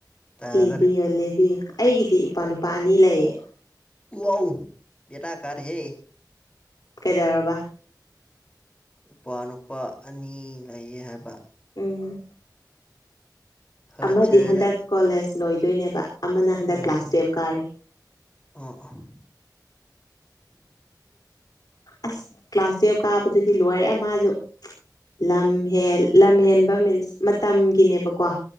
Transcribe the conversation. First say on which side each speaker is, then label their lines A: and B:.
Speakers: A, on the left (about 15°); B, on the left (about 60°).
A: ꯇꯥꯗꯔꯦ
B: ꯂꯤꯕꯤꯌꯣ ꯂꯤꯕꯤꯌꯣ ꯑꯩꯒꯤꯗꯤ ꯏꯄ꯭ꯋꯥ ꯅꯨꯄꯥ ꯑꯅꯤ ꯂꯩꯌꯦ꯫
A: ꯋꯥꯎ! ꯕꯦꯔꯥ ꯀꯔꯦꯍꯦ꯫
B: ꯀꯩꯗꯧꯔꯕ?
A: ꯏꯄꯥ ꯅꯨꯨꯄꯥ ꯑꯅꯤ ꯂꯩꯌꯦ ꯍꯥꯏꯕ
B: ꯎꯝ
A: ꯐꯖꯔꯦ
B: ꯑꯃꯗꯤ ꯍꯟꯗꯛ ꯀꯣꯂꯦꯖ ꯂꯣꯏꯗꯣꯏꯅꯦꯕ꯫ ꯑꯃꯅ ꯍꯟꯗꯛ
A: ꯎꯝ
B: ꯀ꯭ꯂꯥꯁ ꯇꯨꯌꯦꯜꯞ ꯀꯥꯔꯤ
A: ꯎꯝ
B: ꯑꯁ! ꯀ꯭ꯂꯥꯁ ꯇꯨꯌꯦꯜꯞ ꯀꯥꯕꯗꯨꯗꯤ ꯂꯣꯏꯔꯦ ꯃꯥꯖꯨ꯫ ꯂꯝ ꯍꯦꯟ ꯂꯝ ꯍꯦꯟꯕ ꯃꯤꯟꯁ ꯃꯇꯝꯒꯤꯅꯦꯕꯀꯣ꯫